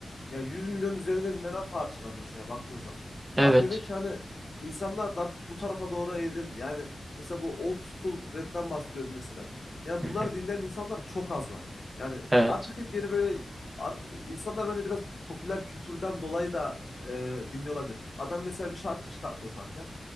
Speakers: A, on the left; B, on the right.
A: Ya 100 milyon üzerinde dinlenen parçalar mesela baktığın zaman.
B: Evet.
A: Abi demek ki hani insanlar da artık bu tarafa doğru evrildi. Yani mesela bu old school rap'ten bahsediyoruz mesela. Ya
B: <laughs>
A: bunlar dinleyen insanlar çok az var. Yani
B: Evet.
A: artık hep yeni böyle artık insanlar bence biraz popüler kültürden dolayı da e, dinliyor olabilir. Adam mesela bir şarkı çıkartıyor kanka.